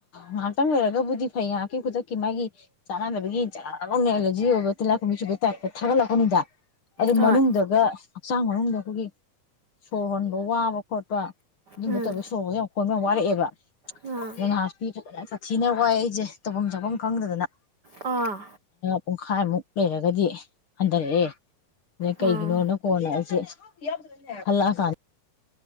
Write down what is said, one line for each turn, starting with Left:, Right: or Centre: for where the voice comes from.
Left: ꯉꯥꯏꯍꯥꯛꯇꯪ ꯂꯩꯔꯒꯕꯨꯗꯤ ꯐꯩ ꯉꯥꯏꯍꯥꯛꯀꯤ ꯈꯨꯗꯛꯀꯤ ꯃꯥꯒꯤ ꯆꯥꯅꯅꯕꯒꯤ ꯆꯛꯅꯤ ꯑꯦꯂꯔꯖꯤ ꯑꯣꯏꯕ ꯇꯤꯜꯂꯛꯈꯨꯝꯕꯤ ꯁꯨꯕ ꯇꯥꯏꯞꯇ ꯊꯥꯒꯠꯂꯛꯄꯅꯤꯗ ꯑꯗꯨ
Right: ꯍꯣꯏ
Left: ꯃꯅꯨꯡꯗꯒ ꯍꯛꯆꯥꯡ ꯃꯅꯨꯡꯗ ꯑꯩꯈꯣꯏꯒꯤ ꯁꯣꯔ ꯍꯣꯟꯕ ꯋꯥꯕ ꯈꯣꯠꯄ ꯑꯗꯨꯝꯕ
Right: ꯎꯝ
Left: ꯇꯔ ꯁꯦ ꯍꯣꯟꯕ ꯌꯥꯝ ꯋꯥꯔꯛꯑꯦꯕ
Right: ꯑꯥ
Left: ꯅ ꯉꯄꯤ ꯁꯥꯊꯤꯅ ꯋꯥꯏ ꯑꯩꯁꯦ ꯇꯧꯐꯝ ꯆꯥꯐꯝ ꯈꯪꯗꯗꯅ
Right: ꯑꯥ
Left: ꯄꯨꯡꯈꯥꯏꯃꯨꯛ ꯂꯩꯔꯒꯗꯤ ꯍꯟꯊꯔꯛꯑꯦ ꯑꯗꯩ ꯀꯩꯒꯤꯅꯣꯅꯀꯣꯅ
Right: ꯑꯥ
Left: ꯑꯩꯁꯦ ꯍꯜꯂꯛꯑꯀꯥꯟꯗ